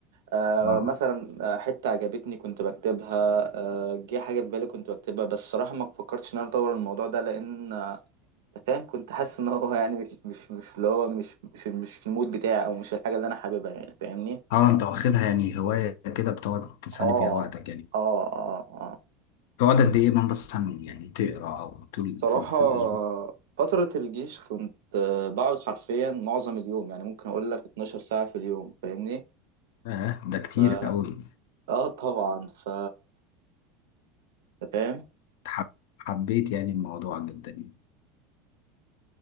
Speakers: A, on the right; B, on the left.
A: آه
B: اه
A: مثلا آه، حتة عجبتني كنت بكتبها آه جه حاجة في بالي كنت بكتبها بس صراحة ما فكرتش إن أنا أطور الموضوع ده لأن آه، أنت فاهم كنت حاسس إن هو يعني مش مش مش اللي هو مش مش مش في المود بتاعي أو مش الحاجة اللي أنا حاببها يعني فاهمني؟
B: اه انت واخدها يعني هواية كده بتقعد تسلي
A: آه
B: فيها وقتك يعني
A: آه آه آه
B: تقعد قد ايه من بس عن- يعني تقرا او طول
A: صراحة
B: في, في الاسبوع
A: فترة الجيش كنت آه، بقعد حرفيا معظم اليوم يعني ممكن أقول لك 12 ساعة في اليوم فاهمني؟
B: اه ده كتير
A: ف...
B: قوي
A: آه طبعا ف أنت فاهم؟
B: حب حبيت يعني الموضوع جدا يعني